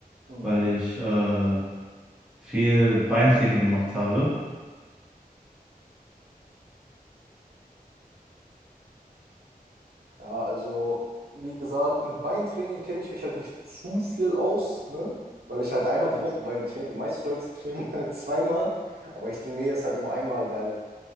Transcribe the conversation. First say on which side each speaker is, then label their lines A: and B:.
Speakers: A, on the right; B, in the centre.
A: Hm.
B: weil ich äh, viel Beintraining gemacht habe.
A: Ja, also, wie gesagt, mit Beintraining kenne ich mich halt nicht zu viel aus, ne? Weil ich halt einmal die Woche Beine trainiere. Die meisten Leute <laughs> trainieren halt zweimal, aber ich trainiere jetzt halt nur einmal, weil